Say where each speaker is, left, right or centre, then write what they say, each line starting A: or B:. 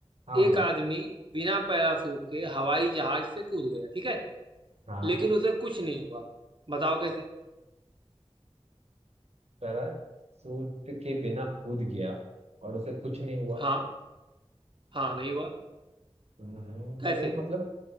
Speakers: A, on the right (about 70°); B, on the right (about 50°).
A: हाँ बोलो
B: एक आदमी बिना पैराशूट के हवाई जहाज से कूद गया ठीक है
A: हाँ
B: लेकिन उसे कुछ नहीं हुआ बताओ कैसे
A: पैराशूट के बिना कूद गया और उसे कुछ नहीं हुआ
B: हाँ हाँ नहीं हुआ
A: हम्म,
B: कैसे
A: तो वो मतलब